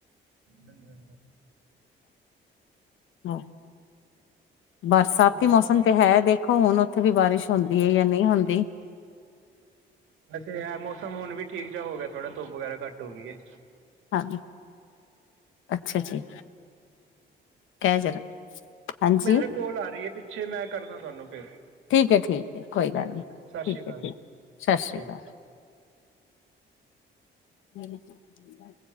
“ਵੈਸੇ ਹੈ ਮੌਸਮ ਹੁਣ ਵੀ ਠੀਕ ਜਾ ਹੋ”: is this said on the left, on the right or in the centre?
Right